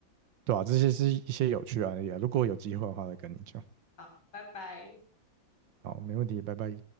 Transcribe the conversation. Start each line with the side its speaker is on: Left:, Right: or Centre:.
Right: 对啊，这些是一些有趣的案例啊。如果有机会的话，再跟你讲。
Left: <laughs> 拜拜。
Right: 好，没问题，拜拜。